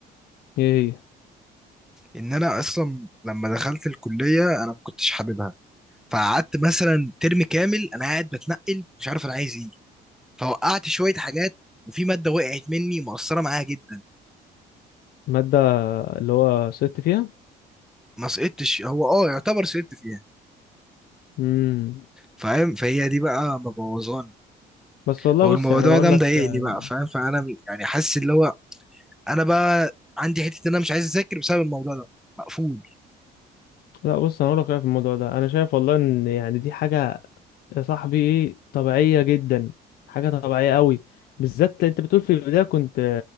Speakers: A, on the left; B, in the centre.
A: ايه هي؟
B: ان انا اصلا لما دخلت الكلية انا ما كنتش حاببها فقعدت مثلا ترم كامل انا قاعد بتنقل مش عارف انا عايز ايه فوقعت شويه حاجات وفي ماده وقعت مني مؤثره معايا جدا
A: الماده اللي هو سقطت فيها
B: ما سقطتش هو اه يعتبر سقطت فيها
A: امم
B: فاهم فهي دي بقى مبوظاني
A: بس والله
B: والموضوع
A: بص يعني انا اقول
B: ده مضايقني
A: لك آه،
B: بقى فاهم فانا يعني حاسس اللي هو انا بقى عندي حته ان انا مش عايز اذاكر بسبب الموضوع ده مقفول
A: لا بص انا اقول لك رأيي في الموضوع ده انا شايف والله ان يعني دي حاجه يا صاحبي ايه طبيعية جدا حاجة طبيعية قوي بالذات انت بتقول في البداية كنت